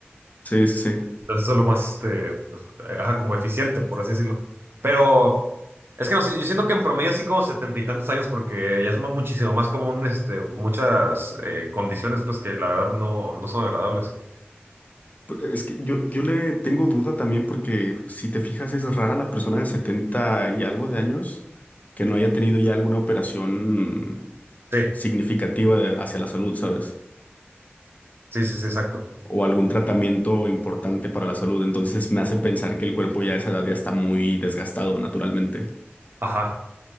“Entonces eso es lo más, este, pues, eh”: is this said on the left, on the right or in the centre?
Right